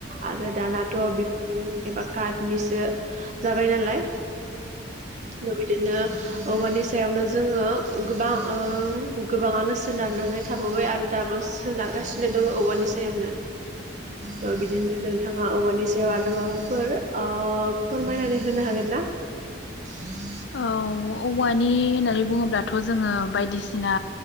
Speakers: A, on the right; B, on the left.
A: आरो दानाथ' बिफांनि एबा कार्निसो जाबाय नालाय बेबादिनो औवानि सायावनो जोङो गोबां ओ गोबाङानो सोनारनानै थाबोबाय आरो दाबो सोनारगासिनो दङ औवानि सायावनो। दा बिदिनो नोंथाङा औवानि सायाव आरो माबाफोर ओ फोरमायनानै होनो हागोन ना? <inaudible>
B: औ औवानि होननानै बुङोब्लाथ' जोङो बायदि सिना